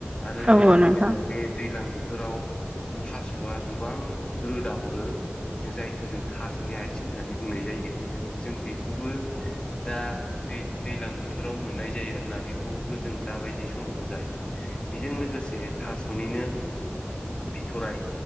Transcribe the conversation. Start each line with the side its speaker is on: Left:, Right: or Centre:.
Left: आरो
Right: औ औ नोंथां
Left: ओ बे दैज्लां बोथोराव थास'आ गोबां रोदा ह'रो जों जायखौ जों थास'नि आथिं होननानै बुंनाय जायो जों बेखौबो दा दै दैज्लां बोथोराव मोननाय जायो आरोना बेखौबो जों दाबायदि समावनो जायो हो बेजों लोगोसे थास'निनो बिथ'राय